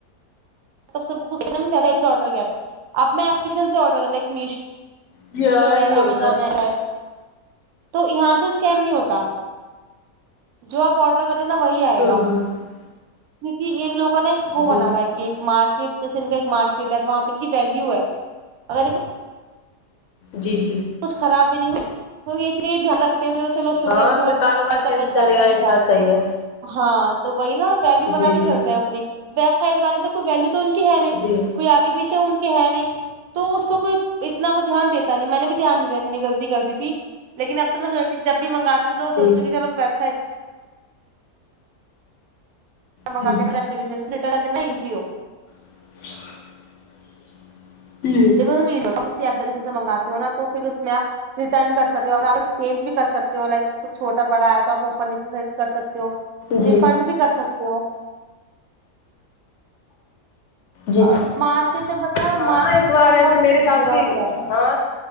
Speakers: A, on the right (about 75°); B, on the left (about 65°).
A: ب سب آڈر کیا تھا اب میں ایپلیکیشن سے آڈر لائک میشو
B: جی آج
A: جو ہے
B: ہوتا
A: امزون ایپ ہے تو یہاں سے اسکیم نہیں ہوتا جو آپ آرڈر کر رہے نا وہی آئے
B: ہوں
A: گا کیونکہ
B: ہوں
A: ان لوگوں نے وہ
B: جی
A: بنا ہوا ہے کہ مارکیٹ جیسے ان کا ایک مارکیٹ ہے تو وہاں پہ ان کی ویلو ہے اگر
B: جی جی
A: کچھ خراب ملنگی کیونکہ دھیان رکھ تو چلو شکر
B: ہاں
A: ہے کہ تھوڑا
B: پھر کاروبار
A: پیسہ
B: کیسے
A: بچ
B: چلے
A: جاتا
B: گا
A: ہے انسان
B: ان صحیح
A: کا
B: ہے
A: ہاں تو وہی نا ویلو بنا
B: جی
A: کے چلتے
B: جی
A: ہیں اپنی ویب سائٹ والے تو کوئی ویلو تو کے ہے نہیں
B: جی
A: کوئی آگے پیچھے ان کے ہے نہیں تو اس پر کوئی اتنا وہ دھیان دیتا نہیں میں نے بھی دھیان نہیں دیا میں نے غلطی کر دی تھی لیکن اب تو میں سوچ جب بھی منگاتی ہوں تو
B: جی
A: سوچتی کہ چلو ویب سائٹ منگا
B: جی
A: کے نا ایپلیکیشن رٹرن اتنا ایزی ہو
B: <inaudible> تی ہے
A: امید ہو ایپلیکیشن سے مگاتے ہو نا تو پھر اس میں آپ ریٹرن کر سکتے ہو اگر آپ ایکسچینج بھی کر سکتے ہو لائک س چھوٹا بڑا آیا تھا اوپر نیچے سائز کر سکتے ہو
B: جی
A: ریفنڈ بھی کر سکتے ہو
B: جی
A: اور مارکیٹ میں پتا
B: ہاں
A: مارکیٹ
B: ایک بار
A: میں
B: ایسا
A: بہت
B: میرے ساتھ
A: برا
B: بھی
A: ہو جاتا ہے
B: ہاں